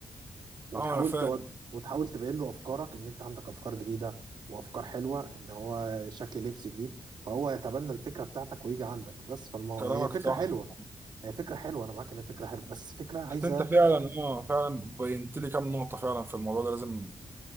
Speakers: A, on the right (about 55°); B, on the right (about 25°).
A: وتحاول
B: اه انا فاهم
A: تود وتحاول تبين له افكارك ان انت عندك افكار جديده وافكار حلوه ان هو شكل لبس جديد فهو يتبنى الفكره بتاعتك ويجي عندك بس فالمو...
B: كلامك
A: هي فكره
B: صح
A: حلوه هي فكره حلوه انا معاك ان هي فكره حلوه بس فكره عايزه
B: انت فعلا اه فعلا بينت لي كام نقطة فعلا في الموضوع ده لازم